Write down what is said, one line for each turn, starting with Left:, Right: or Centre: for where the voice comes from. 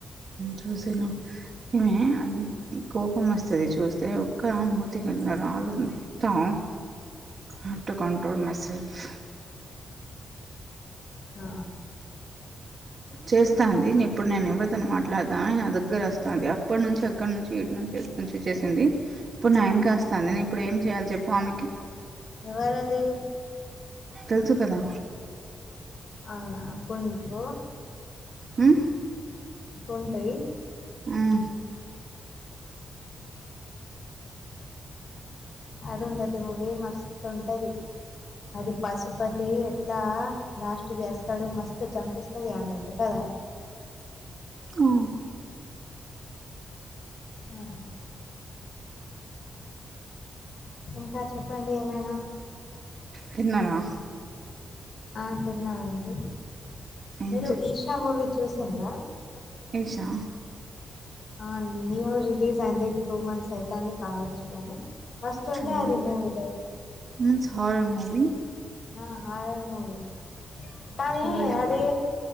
Right: చూసిన ఇే కోపం వస్తుది చూస్తే ఒక్క మూ త్తక ఆలుంటాం had to control myself
Left: ఆ
Right: చేస్తాంది ఇప్పుడు నేను ఎవరితను మాట్లాడతా నా దగ్గర వస్తాంది అప్పటి నుంచి ఎక్కడ నుంచి వటి నుంచి వ నుంచి వచ్చేసింది ఇప్పుడు నా వెనుక వస్తాంది నేను ఇప్పుడు ఏం చేయాలి చెప్పు ఆమెకి
Left: ఎవరది
Right: తెలుసు కదా
Left: అవునా కొన్ని రో
Right: హ్మ్.
Left: కుంటయి
Right: హ్మ్.
Left: అరుంధతి మూవీ మస్తుంటది అది పసుపతి ఎట్లా లాస్ట్ కి చస్తాడు మస్తు చంపిస్తది ఆమె కదా
Right: ఓ
Left: ఆ ఇంకా చెప్పండి ఏమైనా
Right: తిన్నారా
Left: ఆ తిన్నామండి
Right: ఏం
Left: మీరు ఈషా మూవీ చూసిండ్లా
Right: ఇషా
Left: ఆ న్యూ రిలీజ్ అయింది టూ మంత్స్ అయితంది కావచ్చు కానీ మస్తుండే
Right: చూడలే.
Left: అది మూవీ తెలుసా
Right: మీన్స్ హారర్ మూవీ
Left: ఆ హార్రర్ మూవి కానీ
Right: చూడలే.
Left: అదే